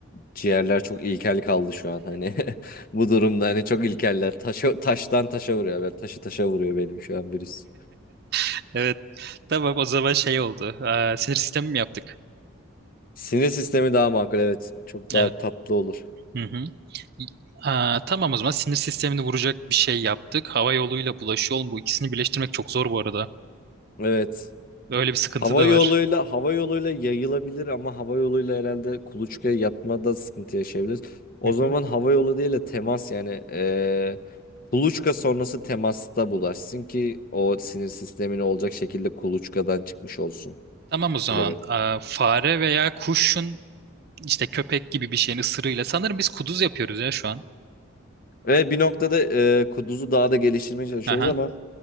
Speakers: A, on the left; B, on the right.
A: ciğerler çok ilkel kaldı şu an hani. <laughs> Bu durumda hani çok ilkeller. Taşa, taştan taşa vuruyor. Ben taşı taşa vuruyor benim şu an virüs.
B: <laughs> Tamam o zaman şey oldu. Aa, sinir sistemi mi yaptık?
A: Sinir sistemi daha makul evet. Çok daha
B: Evet.
A: tatlı olur.
B: Hı hı. Aa, tamam o zaman sinir sistemini vuracak bir şey yaptık. Hava yoluyla bulaşı yol bu ikisini birleştirmek çok zor bu arada.
A: Evet.
B: Öyle bir sıkıntı
A: Hava
B: da
A: yoluyla
B: var.
A: hava yoluyla yayılabilir ama hava yoluyla herhalde kuluçkaya yatmada sıkıntı yaşayabiliriz. O
B: Hı
A: zaman
B: hı.
A: hava yolu değil de temas yani eee kuluçka sonrası temasta bulaşsın ki o sinir sistemine olacak şekilde kuluçkadan çıkmış olsun.
B: Tamam o zaman
A: Bilemedim.
B: Aa, fare veya kuşun işte köpek gibi bir şeyin ısırığıyla sanırım biz kuduz yapıyoruz ya şu an.
A: Ve bir noktada eee kuduzu daha da geliştirmeye çalışıyoruz
B: Aha.
A: ama